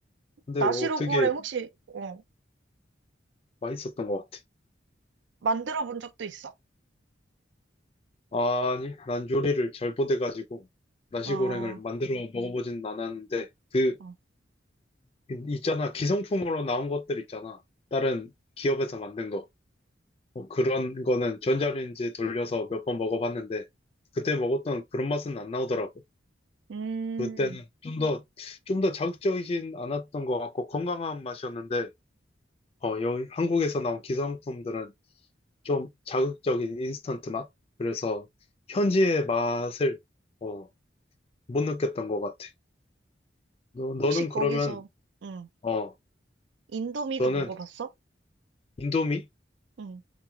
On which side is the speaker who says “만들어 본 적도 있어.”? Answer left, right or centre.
Right